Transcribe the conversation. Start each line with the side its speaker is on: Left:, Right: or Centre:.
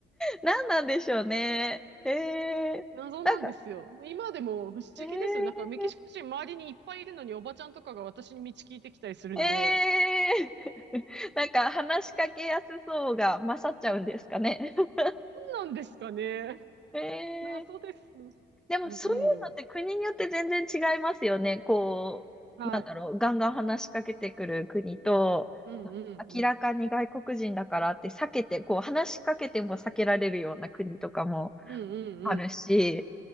Centre: 何なんでしょうね。ええなんか、
Right: 謎なんですよ。今でも不思議ですよ。
Centre: え
Right: なんかメキシコ人周りにいっぱいいるのにおばちゃんとかが私に道聞いてきたりするんで、
Centre: えええ <laughs> なんか話しかけやすそうが勝っちゃうんですかね。<laughs>
Right: 何なんですかね。
Centre: ええ
Right: 謎です。
Centre: でもそういうのって国によって全然違いますよね。
Right: うん。
Centre: こう、
Right: はい。
Centre: なんだろう、ガンガン話しかけてくる国と、
Right: うんうんうん。
Centre: あ明らかに外国人だからって避けて、こう話しかけても避けられるような国とかも
Right: うん
Centre: あるし、
Right: うん